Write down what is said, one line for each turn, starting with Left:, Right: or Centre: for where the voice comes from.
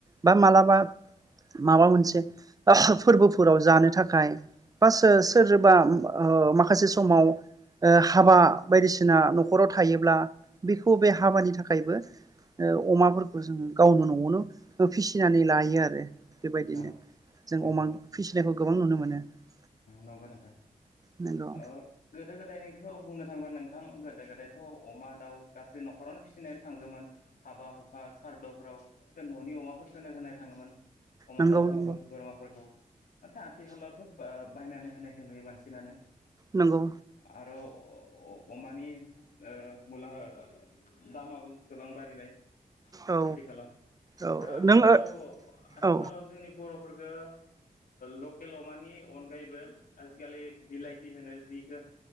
Right: बा माला बा माबा मोनसे फोरबोफोराव जानो था खाय बा सो सोरबा ओम ओ माखासे समाव ओ हाबा बायदिसिना न'खराव थायोब्ला बेखौ बे हाबानि थाखायबो ओ अमाफोरखौ जोङो गावनो न'आवनो फिसिनानै लायो आरो। बेबायदिनो
Left: अ
Right: जों
Left: नंगौ
Right: अमा फिसिनायखौ गोबां नुनो मोनो। <inaudible>
Left: नंगौ नोंथां
Right: नंगौ
Left: ओ <unintelligible> नायखौ बुंनो थांबा नोंथां गोदो गोदायथ' अमा दाउ गासै न'खरानो फिसिनो थांगोमोन हाबा हुखा सारदुफोराव न'नि अमाफोरखौ होनो होनाय थाङोमोन अमा
Right: नंगौ
Left: दाउफोरखौ
Right: नंगौ
Left: बोरमाफोरखौ आथिखालावथ' बायनानै होनायखौ नुयो बांसिनानो
Right: नंगौ
Left: आरो अमानि ओ मुला दामाबो गोबां बारायबाय
Right: औ
Left: आथिखालाव
Right: औ
Left: आरो आथिखालाव
Right: नों औ
Left: आथिखालाव
Right: औ
Left: जोंनि बर' फोरखो लकेलाव मानि अनगायैबो आजिखालि बिलाइथि होनो जिखौ